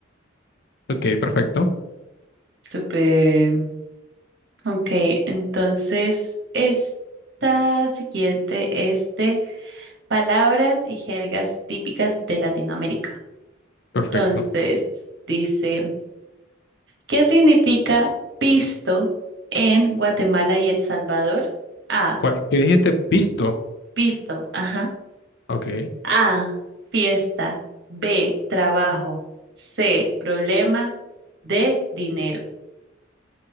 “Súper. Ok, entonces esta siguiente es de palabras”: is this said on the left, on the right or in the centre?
Right